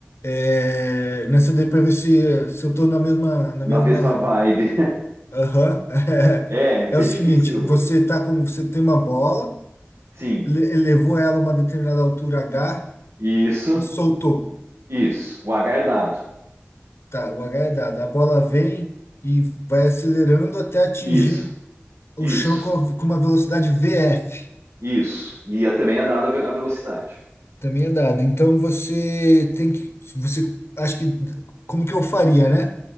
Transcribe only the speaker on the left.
É, nessa daí para ver se, se eu tô na mesma, na
mesma.
Aham. <laughs>
É, o
seguinte, você tá com, você tem uma bola,
ele elevou ela a uma determinada altura H
e soltou.
Tá, o H é dado. A bola vem e vai acelerando até atingir
o
chão com, a- com uma velocidade VF.
Também é dado. Então você tem que, você, acho que, como que eu faria, né?